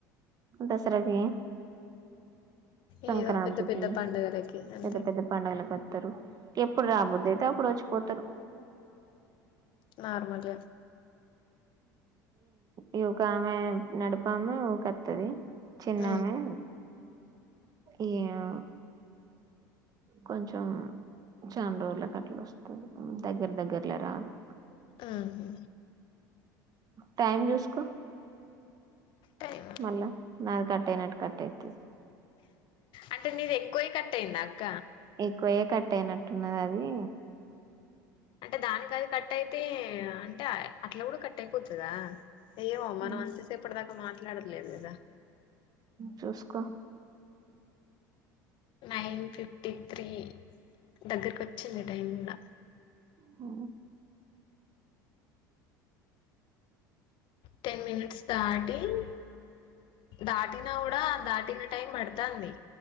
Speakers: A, on the right; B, on the left.
A: దసరాకి సంక్రాంతకి
B: ఏదో పెద్ద పెద్ద పండుగలకి అంతే
A: పెద్ద పెద్ద పండవిలు ప ారు ఎప్పుడు రాబోద్దు అయితే అప్పుడు వచ్చిపోతారు
B: నార్మల్
A: ఈ ఒక ఆమె నడపమె ఒకతుది చిన్నామే
B: మ్మ్
A: ఏయా కొంచెం చాండ రోలకట్లు వస్త దగ్గర దగ్గర్ల రా అదు
B: ఆహా
A: టైం చూసుకో
B: టైం
A: మళ్ళ నా కట్ట అయినట్టు కట్ట అయితుది
B: అంటే నీది ఎక్కువే కట్ట అయింద అక్క
A: ఎక్కువయ కట్ అయినట్టున్నది అది
B: అంటే దానికా అది కట్ అయితే అంటే అట్లా కూడా కట్ అయిపోతుందా అయ్యమో
A: హ్మ్.
B: మనం అంతేసి ఇప్పటిదాకా మాట్లాడట్లేదు కదా
A: చూసుకో
B: నైన్ ఫిఫ్టీ త్రీ దగ్గరకు వచ్చింది టైం కూడా
A: ఆ
B: టెన్ మినిట్స్ స్టార్టింగ్ దాటినా కూడా దాటిన టైం పడతంది